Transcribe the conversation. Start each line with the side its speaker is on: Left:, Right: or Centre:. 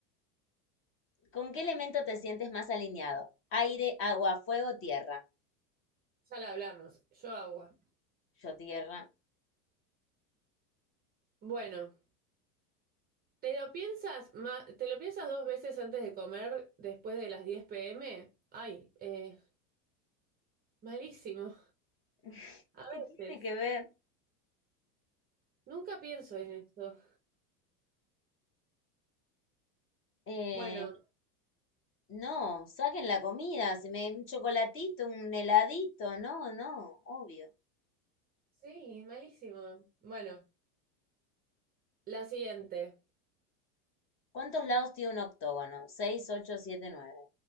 Left: <laughs> ¿Con qué elemento te sientes más alineado? Aire, agua, fuego, tierra.
Right: Ya la hablamos, yo agua.
Left: Yo tierra.
Right: Bueno, ¿te lo piensas ma- te lo piensas dos veces antes de comer después de las 10 p.m.? Ay, eh, malísimo.
Left: <laughs>
Right: A
Left: ¿Qué tiene
Right: veces.
Left: que ver?
Right: Nunca pienso en esto.
Left: Eh,
Right: Bueno,
Left: no, saquen la comida, si me un chocolatito, un heladito, no, no, obvio.
Right: sí, malísimo. Bueno, la siguiente.
Left: ¿Cuántos lados tiene un octógono? seis ocho siete nueve